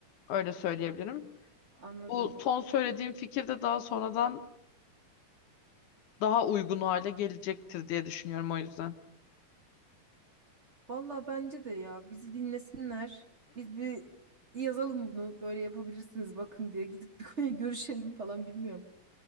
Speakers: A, on the left; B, on the right.
A: Öyle söyleyebilirim.
B: anladım.
A: Bu son söylediğim fikir de daha sonradan daha uygun hale gelecektir diye düşünüyorum o yüzden.
B: Valla bence de ya bizi dinlesinler. Biz bir yazalım bunu böyle yapabilirsiniz bakın diye gidip bir <laughs> görüşelim falan bilmiyorum.